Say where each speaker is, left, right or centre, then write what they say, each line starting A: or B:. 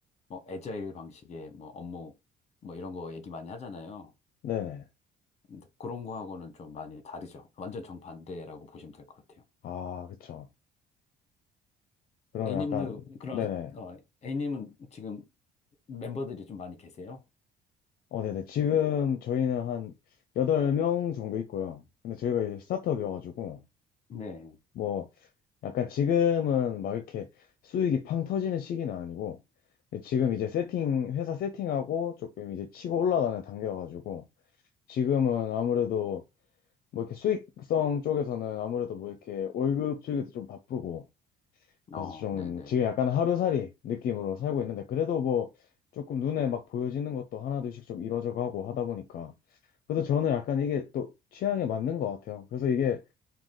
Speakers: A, on the left; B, on the left.
A: 뭐 애자일 방식의 뭐 업무 뭐 이런 거 얘기 많이 하잖아요.
B: 네네.
A: 근데 그런 거하고는 좀 많이 다르죠. 완전 정반대라고 보시면 될 것 같아요.
B: 아, 그쵸. 그럼
A: A님도
B: 약간
A: 그런
B: 네네.
A: 어 A님은 지금 멤버들이 좀 많이 계세요?
B: 어, 네네. 지금 저희는 한 여덟 명 정도 있고요. 근데 저희가 이제 스타트업이어가지고
A: 네,
B: 뭐 약간 지금은 막 이렇게 수익이 팡 터지는 시기는 아니고 지금 이제 세팅 회사 세팅하고 조금 이제 치고 올라가는 단계여가지고 지금은 아무래도 뭐 이렇게 수익성 쪽에서는 아무래도 뭐 이렇게 월급 주기도 좀 바쁘고 그래서
A: 어,
B: 좀
A: 네네.
B: 지금 약간 하루살이 느낌으로 살고 있는데 그래도 뭐 조금 눈에 막 보여지는 것도 하나둘씩 좀 이뤄져 가고 하다 보니까 그래도 저는 약간 이게 또 취향에 맞는 것 같아요. 그래서 이게